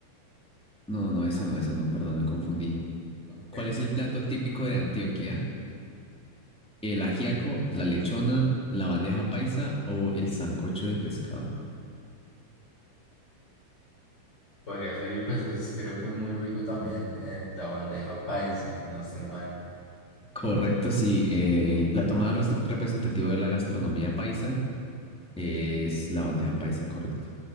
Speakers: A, in the centre; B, on the left (about 20°).
A: No, no, no, esa no, esa no, perdón, me confundí.
B: ok.
A: ¿Cuál es el plato típico de Antioquia? ¿El ajiaco, la lechona, la bandeja paisa o el sancocho de pescado?
B: Podría ser, y pues es- creo que es muy rico también eh, la bandeja paisa, si no estoy mal.
A: Correcto, sí. eh, el plato más res- representativo de la gastronomía paisa es la bandeja paisa, correcto.